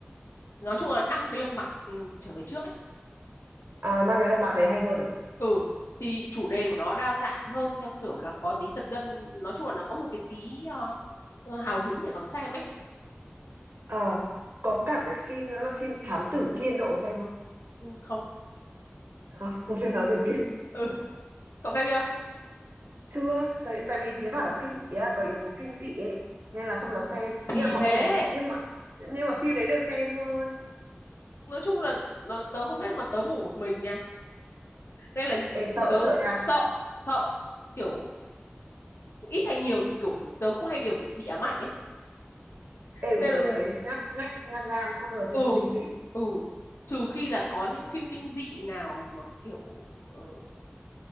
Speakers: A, on the left; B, on the right.
A: nói chung là năm cái lật mặt ừ, trở về trước ấy
B: à năm cái Lật Mặt đấy hay hơn à
A: ừ thì chủ đề của nó đa dạng hơn theo kiểu là có tí giật gân nói chung là nó có một cái tí ờ, ờ, hào hứng để còn xem ấy
B: ờ có cả cái phim nữa là phim Thám Tử Kiên cậu có xem không
A: Ừ, không
B: không không xem Thám Tử Kiên
A: ừ cậu xem chưa
B: chưa tại tại vì thế bảo là kinh ý là có yếu tố kinh dị ấy nên là không dám xem
A: thì
B: nhưng mà mọi
A: thế
B: người nhưng mà nhưng mà phim đấy được khen hơn
A: nói chung là nó tớ không biết mà tớ ngủ một mình nha nên là
B: Ê, sợ
A: tớ
B: sợ nha
A: sợ sợ kiểu ít hay nhiều thì kiểu tớ cũng hay biểu bị bị ám ảnh ấy
B: Ê,
A: nên
B: tớ
A: là
B: cũng thế nhát nhát nhát gan không bao
A: ừ
B: giờ xem phim kinh dị
A: ừ trừ khi là có những phim kinh dị nào mà kiểu ờ,